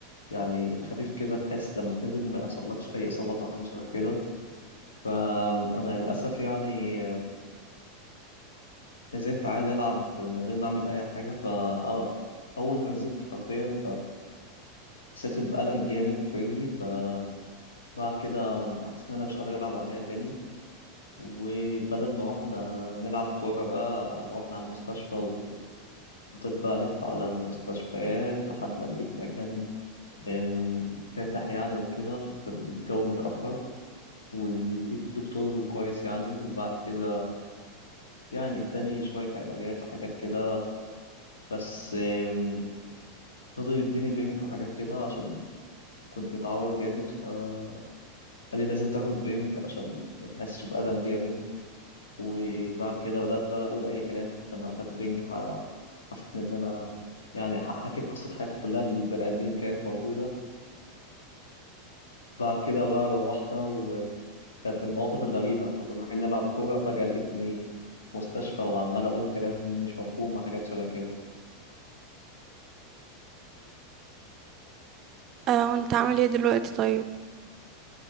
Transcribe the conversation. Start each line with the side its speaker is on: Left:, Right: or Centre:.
Left: يعني خفيف كده بحيث لما تنزل ما يحصلكش أي إصابات أو حاجة شبه كده فأنا للأسف يعني نزلت عادي ألعب من غير ما أعمل أي حاجة فأول ما نزلت حرفيا فحسيت بألم جامد في رجلي فبعد كده حسيت إن أنا مش قادر ألعب عليها تاني وبدل ما روحنا نلعب كورة بقى روحنا على المستشفى وفضلت بقى ألف على المستشفيات لحد ما لقيت مكان أم، فاتح يعني وكده عشان كان الجو متأخر ولقيت دكتور كويس يعني وبعد كده يعني اداني شوية علاجات وحاجات كده بس آم، فضل يديني بينج وحاجات كده عشان كنت متعور جامد فقال لي لازم تاخد بينج عشان ما تحسش بألم جامد وبعد كده بدأت بقى أقول أي كلام لما أخدت بينج ح- حسيت إن أنا يعني ح- حكيت قصة حياتي كلها للبني آدمين اللي كانت موجودة بعد كده بقى روحنا وكانت من المواقف الغريبة احنا كنا رايحين نلعب كورة فجأة لقيتني في مستشفى وعمال أقول كلام مش مفهوم وحاجات شبه كده
Right: اه وانت عامل ايه دلوقتي طيب